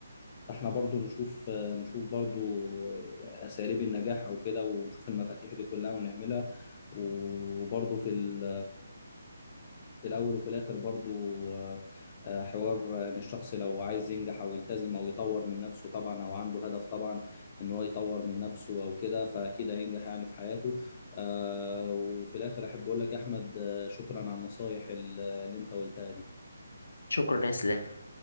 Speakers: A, on the left; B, on the left.
A: فاحنا برضو نشوف آه، نشوف برضو آه، أساليب النجاح أو كده ونشوف المفاتيح دي كلها ونعملها وبرضو في ال في الاول وفي الاخر برضو آه، آه، حوار ان الشخص لو عايز ينجح او يلتزم او يطور من نفسه طبعا او عنده هدف طبعا ان هو يطور من نفسه او كده فاكيد هينجح يعني في حياته آه، وفي الاخر احب اقول لك يا احمد آه، شكرا على النصايح اللي اللي انت قلتها دي
B: شكرا يا اسلام